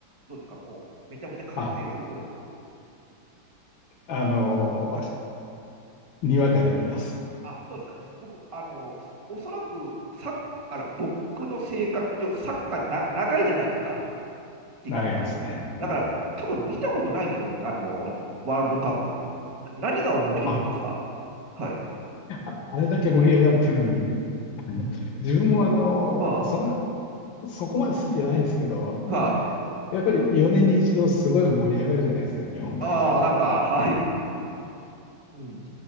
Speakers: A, on the right; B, on the left.
A: どうですかもう、めちゃめちゃ観戦する方ですか
B: あ、あの
A: はい。
B: ーにわかで見ます。
A: あ、そうですか。僕、あの、おそらく、サッあの、僕の性格上、サッカーな、長いじゃないですか、時間が。
B: 長いですね。うん。
A: だから、多分見たことないんですよ、あの、ワールドカップも。な何が面白いんですかはい。
B: あ、あれだけ盛り上がってるのに、あの、自分もあのーそんな、
A: あ
B: そこまで好きじゃないですけど、
A: あ、
B: なんか、
A: は
B: やっぱり4年に一度すごい盛り上がるじゃないですか、日本代表も。
A: あ、ああ、なんか、はい。うん。